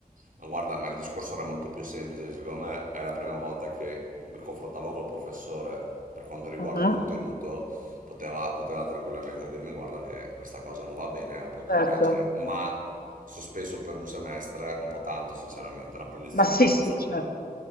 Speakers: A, on the right; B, on the left.
A: Ma guarda, ma il discorso era molto più semplice, secondo me è la prima volta che mi confrontavo col professore per quanto riguarda
B: Mhm,
A: il contenuto, poteva, poteva tranquillamente dirmi guarda che questa cosa non va bene, la puoi correggere,
B: Certo,
A: ma sospeso per un semestre, un po' tanto sinceramente, è una punizione
B: ma sì,
A: abbastanza
B: sì,
A: dura.
B: certo.